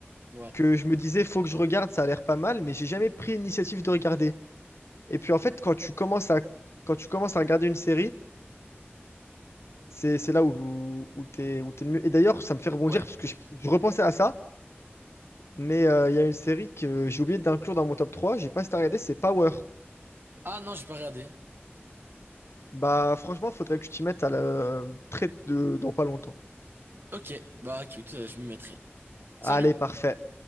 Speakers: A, on the right; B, on the left.
A: ouais,
B: que je me disais, faut que je regarde, ça a l'air pas mal, mais j'ai jamais pris l'initiative de regarder. Et puis, en fait, quand tu commences à, quand tu commences à regarder une série, c'est c'est là où, où t'es, où t'es le mieux. Et d'ailleurs, ça me fait rebondir,
A: ouais.
B: parce que je, je repensais à ça, mais euh, il y a une série que j'ai oublié d'inclure dans mon top 3, j'ai pas si t'as regardé, c'est Power.
A: Ah non, j'ai pas regardé.
B: Bah, franchement, faudrait que tu t'y mettes à la... très de... dans pas longtemps.
A: Ok, bah écoute, euh, je m'y mettrai.
B: Allez,
A: Salut!
B: parfait.